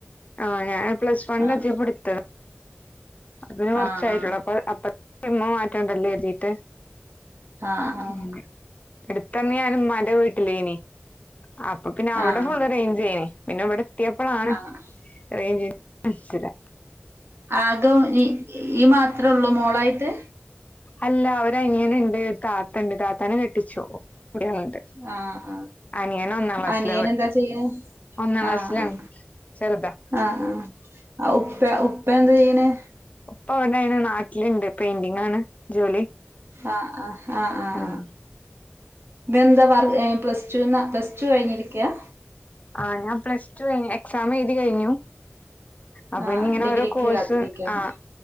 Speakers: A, on the left (about 35°); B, on the right (about 65°).
A: ആഹ് ഞാൻ പ്ലസ്
B: ആഹ്
A: വണിലെത്തിയപ്പോ എടുത്തത് അതിന് കുറച്ചായിട്ടുള്ളൂ
B: ആഹ്
A: അപ്പൊ അപ്പ സിമ്മ് മാറ്റംണ്ടല്ലേ എഴുതിട്ട്
B: ആഹ് ആഹ്
A: ഉം അടുത്തന്നെ ഞാൻ മ്മാൻ്റെ ന്തേനി അപ്പൊ പിന്നെ അവിടെ
B: ആഹ് ആഹ്
A: ഫുള് അറേഞ്ചായിനി പിന്നെ ഇവിടെ കിട്ടിയപ്പോളാണ്
B: ആഹ്
A: റേഞ്ച് <unintelligible>
B: അതോ ഈ ഈ മാത്രേ ഉള്ളൂ മോളായിട്ട്
A: അല്ല ഒരനിയനിണ്ട് താത്തണ്ട് താത്താനെ കെട്ടിച്ചു കുട്ടികളുണ്ട്
B: ആഹ്
A: അനിയൻ ഒന്നാം ക്ലാസ്സിലാ
B: ആ അനിയൻ
A: പഠിക്ക
B: എന്താ ചെയ്യത്
A: ഒന്നാം ക്ലാസ്സിലാണ്
B: ആഹ്
A: ചെറുതാ
B: ആഹ് ആഹ് ആ ഉപ്പ ഉപ്പ എന്താ ചെയ്യാ നെ
A: ഉപ്പ അവിടെ അ നാട്ടിലുണ്ട് പെയിൻ്റിംഗ് ആണ് ജോലി
B: ആഹ് ആഹ് ആഹ് ആഹ്
A: ഉം
B: ആഹ് ഇതെന്താ വർ ഏഹ് പ്ലസ് ടു ന്ന് പ്ലസ് ടു കഴിഞ്ഞിരിക്കയാ
A: ആഹ് ഞാൻ പ്ലസ് ടു കഴിഞ്ഞു എ സാമ് എഴുതി കഴിഞ്ഞു അപ്പൊ
B: ആഹ്
A: ഇനി ഇങ്ങനെ
B: ഡിഗ്രിക്ക്
A: ഓരോ കോഴ്സ്
B: കാത്തിരിക്കാണ്
A: ആഹ്